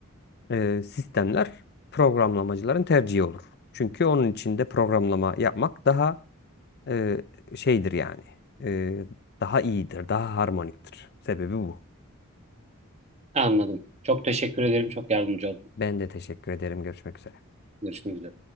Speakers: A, on the left; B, on the right.
A: e, sistemler programlamacıların tercihi olur. Çünkü onun içinde programlama yapmak daha e, şeydir yani. E, daha iyidir, daha harmoniktir. Sebebi bu.
B: Anladım. Çok teşekkür ederim. Çok yardımcı oldun.
A: Ben de teşekkür ederim. Görüşmek üzere.
B: Görüşmek üzere.